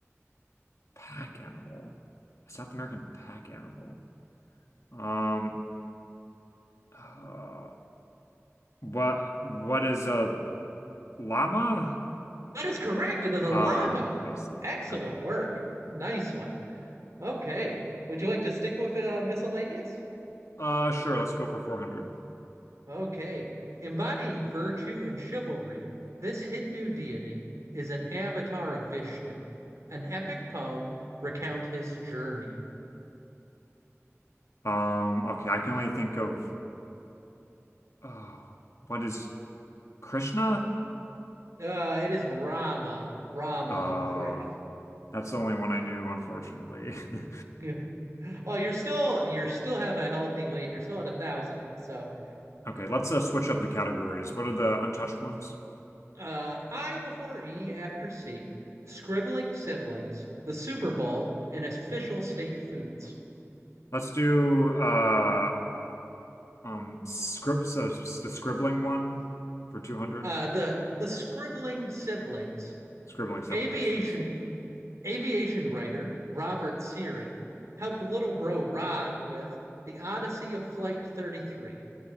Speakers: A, on the left; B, on the right.
A: Pack animal. A South American pack animal. Um, uh, what what is a llama?
B: That is correct. It is a llama.
A: Ah, nice.
B: Excellent
A: Okay.
B: work. Nice one. Okay. Would you like to stick with uh, miscellaneous?
A: Uh, sure. Let's go for 400.
B: Okay. Embodying virtue and chivalry, this Hindu deity is an avatar of Vishnu. An epic poem recount his journey.
A: Um, okay. I can only think of oh, what is Krishna?
B: Uh, it is Rama. Rama,
A: Uh,
B: I'm afraid.
A: that's the only one I knew, unfortunately. <laughs>
B: <laughs> Yeah. Well, you're still you're still have a healthy lead. You're still at a thousand. So
A: Okay. Let's uh, switch up the categories. What are the untouched ones?
B: uh, I before E after C, scribbling siblings, the Super Bowl, and official state foods.
A: Let's do uh um scripts uh, the scribbling one for 200.
B: Uh, the the scribbling siblings,
A: Scribbling siblings,
B: aviation
A: yes.
B: aviation writer Robert Searing helped little bro Rod with the Odyssey of Flight 33